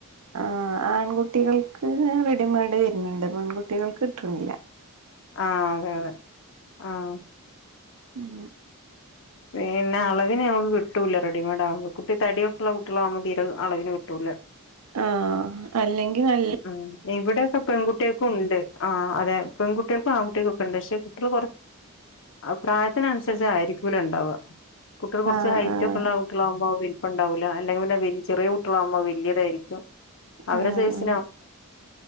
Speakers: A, on the right (about 80°); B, on the left (about 60°).
A: ആഹ് ആൺകുട്ടികൾക്ക് വേം റെഡിമെയ്ഡ് വര്ണ്ണ്ട്. പെൺകുട്ടികൾക്ക് കിട്ട്ണില്ല.
B: ആഹ് അതെ അതെ ആഹ്
A: ഉം
B: പിന്നെ അളവിന് ഞമ്മക്ക് കിട്ടുല്ല റെഡിമേഢാവുമ്പം കുട്ടി തടിയൊക്കെള്ള കുട്ടിളാവുമ്പോ തീരെ അളവിന് കിട്ടൂല്ല
A: ആഹ് അല്ലെങ്കി നൽ
B: ഉം ഇവിടെയൊക്കെ പെങ്കുട്ടിയേക്കും ഇണ്ട്. ആഹ് അതെ പെങ്കുട്ടിയേക്കും ആങ്കുട്ടിയേക്കു ണ്ട് പഷെ കുട്ടി മേയ് കുറ് പ്രായത്തിനനുസരിച്ച് ആയിരിക്കൂല ഇണ്ടാവ കുട്ട്യേള് കൊർച്ച്
A: ആഹ്
B: ഹൈറ്റൊ
A: ആഹ്
B: ക്കെള്ള കുട്ടിളാഉമ്പം അയ് വൽപ്പണ്ടാവൂല. അല്ലെ ങ്കി പിന്നെ വൽജി ചെറിയേ കുട്ടിളാഉമ്പം അഹ് വല്ല്യതായിരിക്കും.. അവരെ
A: ആഹ് ആഹ്
B: സൈസ്